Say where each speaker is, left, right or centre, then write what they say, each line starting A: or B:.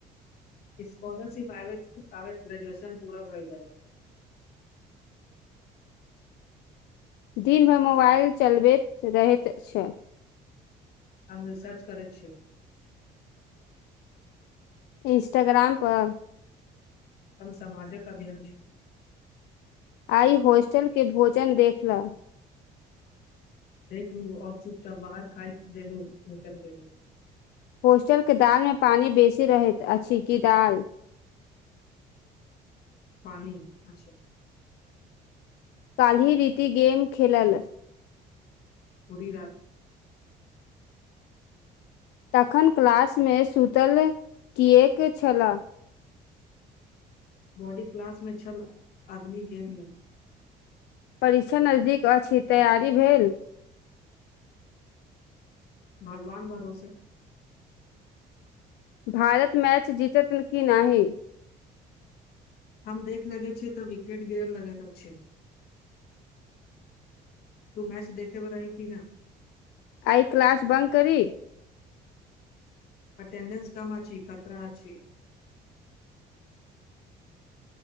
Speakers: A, on the left; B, on the left.
A: स्कॉलरशिप आबे ग्रेजुएशन पूरा भए जाय।
B: दिन भरि मोबाइल चलबैत रहैत छै।
A: आम रिसर्च करैत छी।
B: इंस्टाग्राम पर।
A: हम समाजक अध्ययन छै।
B: आइ हॉस्टलके भोजन देख लह।
A: देख लूऔर चुप चाप बाहर खा ल लू निकल गेल
B: होस्टल के दाल मे पानि बेसी रहेे अ की दाल।
A: पानि आ छै
B: काल ही रीति गेम खेललाल
A: ओड़दार।
B: तखन क्लासमे सुतल किएक छलए।
A: बॉडी क्लास मे छल आदमी गेममे।
B: परीक्षा नजदीक अछि तैयारी भेल।
A: भगवान भरोसे
B: भारत मैच जीतत किी नहि।
A: हम देख लगे छ तऽ विकेट गिरन लगे त छै। तू मैच देखे पर रही किी न।
B: आइ क्लास ब करी।
A: अटेंडेंस काम आ छी खतरा आ छै।